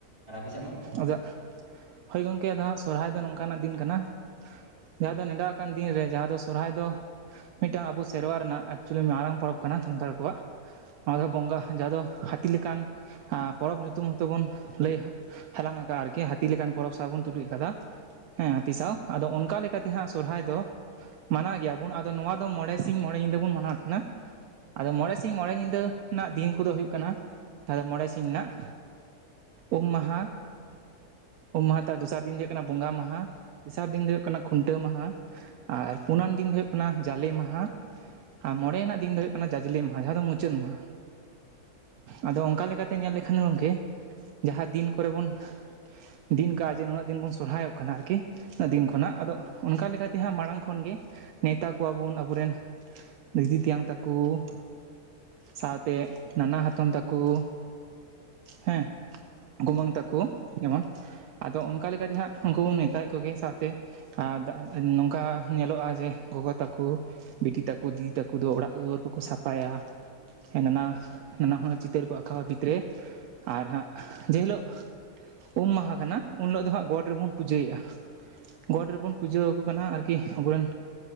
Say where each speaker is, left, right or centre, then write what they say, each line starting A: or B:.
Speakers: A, on the right; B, on the right.
A: ᱟᱨ ᱟᱯᱮ ᱥᱮᱫ ᱢᱟ
B: ᱟᱫᱚ, ᱦᱳᱭ ᱜᱚᱝᱠᱮ ᱟᱫᱚ ᱦᱟᱸᱜ ᱥᱚᱨᱚᱦᱦᱟᱭ ᱫᱚ ᱱᱚᱝᱠᱟᱱᱟᱜ ᱫᱤᱱ ᱠᱟᱱᱟ, ᱡᱟᱦᱟᱸ ᱫᱚ ᱱᱮᱰᱟ ᱟᱠᱟᱱ ᱫᱤᱱ ᱨᱮ ᱡᱟᱦᱟᱸ ᱫᱚ ᱥᱚᱨᱦᱟᱭ ᱫᱚ, ᱢᱤᱫᱴᱟᱝ ᱟᱵᱚ ᱥᱮᱨᱣᱟ ᱨᱮᱱᱟᱜ ᱮᱠᱪᱩᱭᱮᱞᱤ ᱢᱟᱨᱟᱝ ᱯᱚᱨᱚᱵᱽ ᱠᱟᱱᱟ ᱥᱟᱱᱛᱟᱲ ᱠᱚᱣᱟᱜ, ᱱᱚᱣᱟ ᱫᱚ ᱵᱚᱸᱜᱟ ᱡᱟᱦᱟᱸ ᱫᱚ ᱦᱟᱹᱛᱤ ᱞᱮᱠᱟᱱ ᱯᱚᱨᱚᱵᱽ ᱧᱩᱛᱩᱢ ᱦᱚᱸᱚᱛᱚ ᱵᱚᱱ ᱞᱟᱹᱭᱟ ᱦᱟᱞᱟᱝ ᱟᱠᱟᱫ ᱟᱨᱠᱤ ᱦᱟᱹᱛᱤ ᱞᱮᱠᱟᱱ ᱯᱚᱨᱚᱵᱽ ᱥᱟ ᱵᱚᱱ ᱛᱩᱞᱩᱡ ᱟᱠᱟᱫᱟ᱾ ᱦᱮᱸ ᱦᱟᱹᱛᱤ ᱥᱟᱶ ᱟᱫᱚ ᱚᱱᱠᱟ ᱞᱮᱠᱟᱛᱮ ᱦᱟᱸᱜ ᱥᱚᱨᱦᱟᱭ ᱫᱚ, ᱢᱟᱱᱟᱣ ᱜᱮᱭᱟᱵᱚᱱ ᱟᱫᱚ ᱱᱚᱣᱟ ᱫᱚ ᱢᱚᱬᱮ ᱥᱤᱧ ᱢᱚᱬᱮ ᱧᱤᱫᱟᱹ ᱵᱚᱱ ᱢᱟᱱᱟᱣ ᱛᱟᱦᱮᱸᱱᱟ, ᱟᱫᱚ ᱢᱚᱬᱮ ᱥᱤᱧ ᱢᱚᱬᱮ ᱧᱤᱫᱟᱹ ᱨᱮᱱᱟᱜ ᱫᱤᱱ ᱠᱚᱫᱚ ᱦᱩᱭᱩᱜ ᱠᱟᱱᱟ, ᱛᱟᱦᱫᱚ ᱢᱚᱬᱮ ᱥᱤᱧ ᱨᱮᱱᱟᱜ ᱩᱢ ᱢᱟᱦᱟ, ᱩᱢ ᱢᱟᱦᱟ ᱛᱟᱨ ᱫᱚᱥᱟᱨ ᱫᱤᱱ ᱫᱚ ᱦᱩᱭᱩᱜ ᱠᱟᱱᱟ ᱵᱚᱸᱜᱟ ᱢᱟᱦᱟ ᱛᱮᱥᱟᱨ ᱫᱤᱱ ᱫᱚ ᱦᱩᱭᱩᱜ ᱠᱟᱱᱟ ᱠᱷᱩᱱᱴᱟᱹᱣ ᱢᱟᱦᱟ ᱟᱨ ᱯᱩᱱᱟᱱ ᱫᱤᱱ ᱫᱚ ᱦᱩᱭᱩᱜ ᱠᱟᱱᱟ ᱡᱟᱞᱮ ᱢᱟᱦᱟ, ᱟᱨ ᱢᱚᱬᱮᱱᱟᱜ ᱫᱤᱱ ᱫᱚ ᱦᱩᱭᱩᱜ ᱠᱟᱱᱟ ᱡᱟᱡᱽᱞᱮ ᱢᱟᱦᱟ ᱡᱟᱦᱟᱸ ᱫᱚ ᱢᱩᱪᱟᱹᱫ ᱢᱟᱦᱟ, ᱟᱫᱚ ᱚᱱᱠᱟ ᱞᱮᱠᱟᱛᱮ ᱧᱮᱞ ᱞᱮᱠᱷᱟᱱ ᱜᱚᱝᱠᱮ ᱡᱟᱦᱟᱸ ᱫᱤᱱ ᱠᱚᱨᱮ ᱵᱚᱱ, ᱫᱤᱱ ᱠᱟᱜᱼᱟ ᱡᱮ ᱱᱩᱱᱟᱹᱜ ᱫᱤᱱ ᱵᱚᱱ ᱥᱚᱨᱦᱟᱭᱚᱜ ᱠᱟᱱᱟ ᱟᱨᱠᱤ ᱩᱱᱟᱹᱜ
A: ᱦᱳᱭ
B: ᱫᱤᱱ
A: ᱦᱳᱭ
B: ᱠᱷᱚᱱᱟᱜ ᱟᱫᱚ, ᱚᱱᱠᱟ ᱞᱮᱠᱟᱛᱮ ᱦᱟᱸᱜ ᱢᱟᱲᱟᱝ ᱠᱷᱚᱱᱜᱮ ᱱᱮᱣᱛᱟ ᱠᱚᱣᱟ ᱵᱚᱱ ᱟᱵᱚᱨᱮᱱ, ᱫᱤᱫᱤ ᱛᱮᱭᱟᱝ ᱛᱟᱠᱚ ᱥᱟᱶᱛᱮ ᱱᱟᱱᱟ ᱦᱟᱛᱚᱢ ᱛᱟᱠᱚ᱾ ᱠᱩ ᱦᱮᱸ ᱜᱩᱢᱟᱹᱝ ᱛᱟᱠᱚ ᱡᱮᱢᱚᱱ, ᱟᱫᱚ ᱚᱱᱠᱟ ᱞᱮᱠᱟᱛᱮ ᱦᱟᱸᱜ ᱩᱱᱠᱩ ᱵᱚᱱ ᱱᱮᱛᱟᱭᱮᱫ ᱠᱚᱜᱮᱭᱟ ᱥᱟᱶᱛᱮ, ᱟᱨ ᱫᱟᱜ ᱱᱚᱝᱠᱟ ᱧᱮᱞᱚᱜ-ᱟ ᱡᱮ ᱜᱚᱜᱚ ᱛᱟᱠᱩ, ᱵᱤᱴᱤ ᱛᱟᱠᱚ, ᱫᱤᱫᱤ ᱛᱟᱠᱚ ᱫᱚ ᱚᱲᱟᱜ ᱫᱩᱣᱟᱹᱨ ᱠᱚᱠᱚ ᱥᱟᱯᱷᱟᱭᱟ ᱦᱮᱸ ᱱᱟᱱᱟ-ᱦᱩᱱᱟᱹᱨ ᱪᱤ- ᱛᱟᱹᱨ ᱠᱚ ᱟᱸᱠᱷᱟᱣᱟ ᱵᱷᱤᱛ ᱨᱮ ᱟᱨ ᱦᱟᱸᱜ ᱡᱮ ᱦᱤᱞᱳᱜ, ᱩᱢ ᱢᱟᱦᱟ ᱠᱟᱱᱟ ᱩᱱ ᱦᱤᱞᱚᱜ ᱫᱚ ᱦᱟᱸᱜ ᱜᱚᱰ ᱨᱮᱵᱚᱱ ᱯᱩᱡᱟᱹᱭ ᱮᱫ-ᱟ, ᱜᱚᱴ ᱨᱮᱵᱚᱱ ᱯᱩᱡᱟᱹ ᱟᱠᱚ ᱠᱟᱱᱟ ᱟᱨᱠᱤ ᱟᱵᱚᱨᱮᱱ